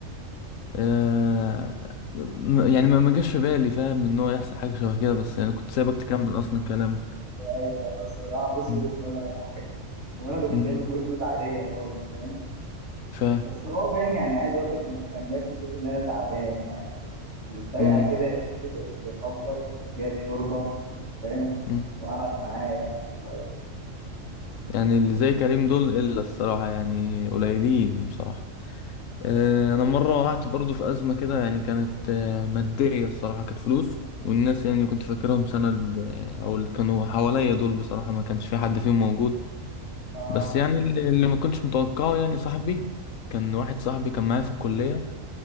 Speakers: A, on the left (about 75°); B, on the right (about 60°).
A: آه م- يعني ما ما جاش في بالي فاهم إن هو يحصل حاجة شبه كده بس يعني كنت سايبك تكمل أصلا كلامك
B: ايوه ايوه الصراحه بص
A: مم.
B: بص اقول لك على حاجه وانا كنت
A: مم.
B: سايب له فويس نوت عاديه خالص فاهم
A: فاهم
B: بس هو باين يعني عايز اقول لك ان انا كان باين بصوتي ان انا تعبان يعني فجاه
A: مم.
B: كده يجي لقيته بيخبط جايب شوربه فاهم
A: مم.
B: وقعد معايا يعني شويه
A: يعني اللي زي كريم دول إلا الصراحة يعني قليلين بصراحة آه، انا مره وقعت برضو في ازمه كده يعني كانت آه، ماديه الصراحه كانت فلوس والناس يعني اللي كنت فاكرهم سند آه، او اللي كانوا حواليا دول بصراحه ما كانش في حد فيهم موجود
B: اه
A: بس يعني اللي اللي ما كنتش متوقعه يعني صاحبي كان واحد صاحبي كان معايا في الكليه